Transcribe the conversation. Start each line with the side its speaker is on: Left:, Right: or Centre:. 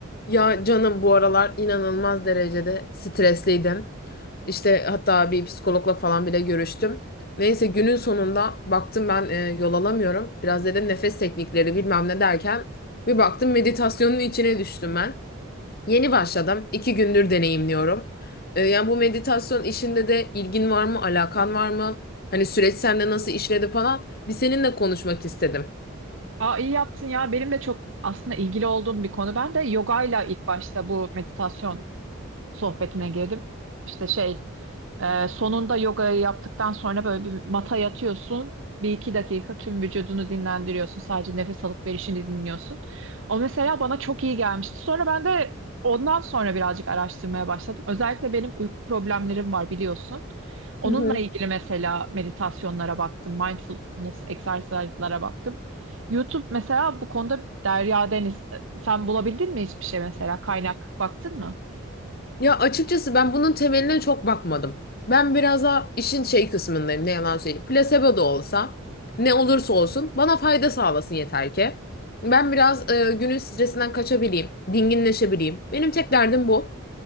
Left: Ya canım bu aralar inanılmaz derecede stresliydim. İşte hatta bir psikologla falan bile görüştüm. Neyse günün sonunda baktım ben e, yol alamıyorum. Biraz dedim nefes teknikleri bilmem ne derken bir baktım meditasyonun içine düştüm ben. Yeni başladım. İki gündür deneyimliyorum. Ee, yani bu meditasyon işinde de ilgin var mı, alakan var mı? Hani süreç sende nasıl işledi falan. Bir seninle konuşmak istedim.
Right: Aa, iyi yaptın ya. Benim de çok aslında ilgili olduğum bir konu. Ben de yogayla ilk başta bu meditasyon sohbetine girdim. İşte şey ee, sonunda yogayı yaptıktan sonra böyle bir mata yatıyorsun. Bir iki dakika tüm vücudunu dinlendiriyorsun. Sadece nefes alıp verişini dinliyorsun. O mesela bana çok iyi gelmişti. Sonra ben de ondan sonra birazcık araştırmaya başladım. Özellikle benim uyku problemlerim var biliyorsun. Onunla
Left: Hı hı.
Right: ilgili mesela meditasyonlara baktım. Mindfulness egzersizlere baktım. YouTube mesela bu konuda derya deniz. e, Sen bulabildin mi hiçbir şey mesela? Kaynak baktın mı?
Left: Ya açıkçası ben bunun temeline çok bakmadım. Ben biraz daha işin şey kısmındayım ne yalan söyleyeyim. Plasebo da olsa ne olursa olsun bana fayda sağlasın yeter ki. Ben biraz e, günün stresinden kaçabileyim, dinginleşebileyim. Benim tek derdim bu.